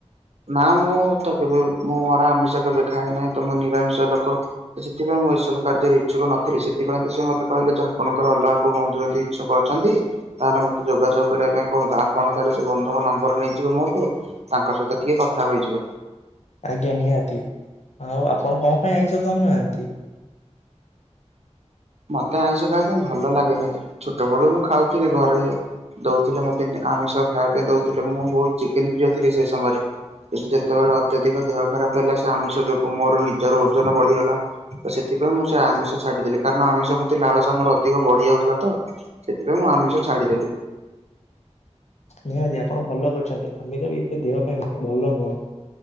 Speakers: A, on the right (about 65°); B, on the left (about 70°).
A: ନା ମୁଁ ତ କେବେ ମୁଁ ମୋର ଆମିଷ କେବେ ଖାଏ ନାହିଁ। ତ ମୁଁ ନିରାମିଷ ଲୋକ ତ ସେଥିପାଇଁ ମୁଁ ଏସବୁ କାର୍ଯ୍ୟରେ ଇଛୁକ ନ ସେଥିପାଇଁ ତ ସେ ମୋତେ କହିଁଲେ ଯ ଆପଣଙ୍କର ଅଲଗାକୁ ବନ୍ଧୁଛନ୍ତି ଇଛୁଛନ୍ତି ତାହେଲେ ମତେ ଯୋଗାଯୋଗ କରି ବା ପାଇଁ କୁହନ୍ତୁ ଆପଣ ତାହଲେ ସେ ବନ୍ଧୁଙ୍କ ନମ୍ବର ନେଇଯିବେ ମୋଠୁ ତାଙ୍କ ସହିତ ଟିକେ କଥା ହେଇଯିବ।
B: ଆଜ୍ଞା ନିହାତି ଆଉ ଆପଣ କଣ ପାଇଁ ଆଇଁଷ ଖାଉନାହାନ୍ତି?
A: ମତେ ଆଇଁଷ ଖାଇବା ପାଇଁ ଭଲ ଲାଗେନି। ଛୋଟ ବେଳୁ ମୁଁ ଖାଉଥିଲି ଘରେ। ଦଉଥିଲେ ମୋତେ ଆମିଷ ଖାଇବା ପାଇଁ ଦଉଥିଲେ ମୁଁ ବହୁତ ଚିକେନ ଫ୍ରିୟ ଥିଲି ସେ ସମୟରେ। କିନ୍ତୁ ଯେତେବେଳେ ଅତ୍ୟଧିକ ଦେହ ଖରାପ ହେଲା ସେ ଆମିଷ ଯୋଗୁଁ ମୋର ନିଜର ଓଜନ ବଢିଗଲା ତ ସେଥିପାଇଁ ମୁଁ ସେ ଆମିଷ ଛାଡ଼ିଦେଲି। କାରଣ, ଆମିଷ ପ୍ରତି ଲାଳସା ମୋର, ଅଧିକ ବଢି ଯାଉଥିଲା ତ। ସେଥିପାଇଁ, ମୁଁ ଆମିଷ ଛାଡିଦେଲି।
B: ନିହାତି ।ଆପଣ ଭଲ କରିଛନ୍ତି ।ଆମେ ତ ବି ଦେହ ପାଇଁ ଭଲ ନୁହଁ।